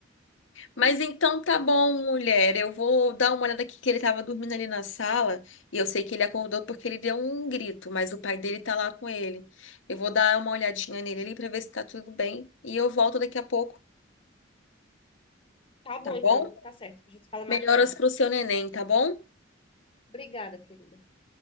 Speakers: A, on the left; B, on the left.
A: Mas
B: <laughs>
A: então tá bom, mulher. Eu vou dar uma olhada aqui que ele tava dormindo ali na sala. E eu sei que ele acordou porque ele deu um grito, mas o pai dele tá lá com ele. Eu vou dar uma olhadinha nele ali pra ver se tá tudo bem. E eu volto daqui a pouco.
B: Tá bom,
A: tá bom?
B: então. Tá certo. A gente fala
A: Melhoras
B: mais tarde.
A: pro seu neném, tá bom?
B: Obrigada, querida.